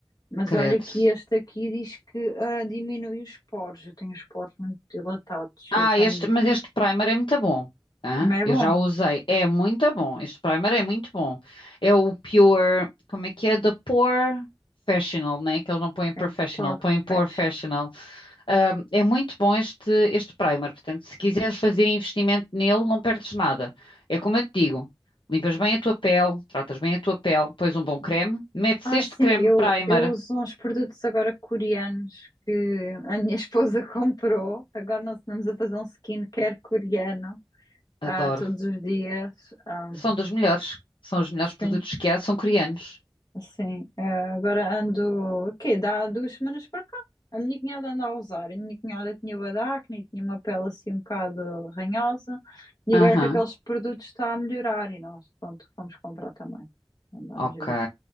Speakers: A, on the left (about 45°); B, on the left (about 65°).
A: Mas
B: credo.
A: olha que este aqui diz que ah, diminui os poros. Eu tenho os poros muito dilatados.
B: Ah,
A: Eu tenho.
B: este, mas este primer é muito bom. Hã?
A: Também é
B: Eu
A: bom.
B: já o usei. É muito bom. Este primer é muito bom. É o Pure. Como é que é? The Pore Professional, né? Que eles não põem professional,
A: É poro
B: põem Pore
A: fresh.
B: Professional. Ahm, é muito bom este, este primer. Portanto, se quiseres fazer investimento nele, não perdes nada. É como eu te digo: limpas bem a tua pele, tratas bem a tua pele, pões um bom creme, metes
A: Ah,
B: este
A: sim,
B: creme
A: eu,
B: primer.
A: eu uso uns produtos agora coreanos que a minha esposa <laughs> comprou. Agora nós andamos a fazer um skincare coreano
B: Adoro.
A: ah, todos os dias. Ah,
B: São dos melhores. São os melhores produtos
A: sim.
B: que há, são coreanos.
A: Sim, eh, agora ando, o quê? Dá duas semanas para cá. A minha cunhada anda a usar. A minha cunhada tinha bué de acne e tinha uma pele assim um bocado ranhosa. E
B: Aham.
A: agora que aqueles produtos está a melhorar e nós, pronto, fomos comprar também. Andámos
B: Ok,
A: a ver.